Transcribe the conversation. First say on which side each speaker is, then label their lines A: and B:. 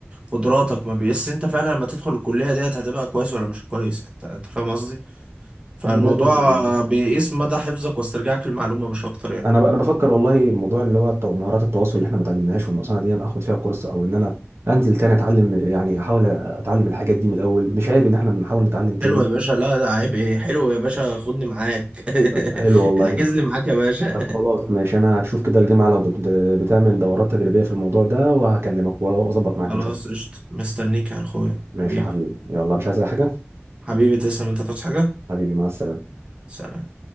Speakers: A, on the right (about 25°); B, on the right (about 65°).
A: قدراتك ما بيقيس انت فعلا لما تدخل الكليه ديت هتبقى كويس ولا مش كويس انت انت فاهم قصدي فالموضوع
B: احنا لازم يعني
A: بيقيس مدى حفظك واسترجاعك للمعلومه مش اكتر يعني
B: انا بقى انا بفكر والله موضوع اللي هو التو- مهارات التواصل اللي احنا ما اتعلمناهاش والنقصانه دي انا اخد فيها كورس او ان انا انزل تاني اتعلم يعني احاول اتعلم الحاجات دي من الاول مش عيب ان احنا نحاول نتعلم تاني
A: حلو يا باشا لا ده عيب ايه حلو يا باشا خدني معاك
B: حلو
A: <laughs>
B: والله
A: احجز لي معاك يا باشا
B: طب خلاص ماشي انا هشوف كده الجامعه لو بت... بتعمل دورات تدريبيه في الموضوع ده وهكلمك واظبط
A: <laughs>
B: معاك
A: خلاص
B: ان شاء الله
A: قشطه مستنيك يا اخويا
B: ماشي
A: حبيبي
B: يا حبيبي يلا مش عايز اي حاجه
A: حبيبي تسلم انت تصحى حاجه
B: حبيبي مع السلامه
A: سلام